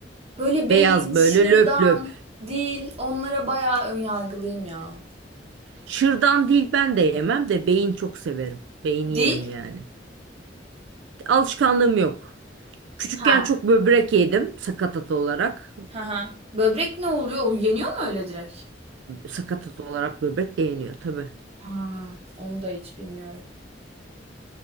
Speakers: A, on the right; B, on the right.
A: Böyle beyin,
B: beyaz
A: şırdan,
B: böyle löp löp.
A: dil onlara bayağı ön yargılıyım ya.
B: Şırdan değil ben de yemem de beyin çok severim. Beyin yerim
A: Dil?
B: yani. Alışkanlığım yok. Küçükken
A: Ha.
B: çok böbrek yedim sakatat olarak.
A: Ha ha. Böbrek ne oluyor? O yeniyor mu öyle direkt?
B: Sakatat olarak böbrek de yeniyor tabii.
A: Ha, onu da hiç bilmiyorum.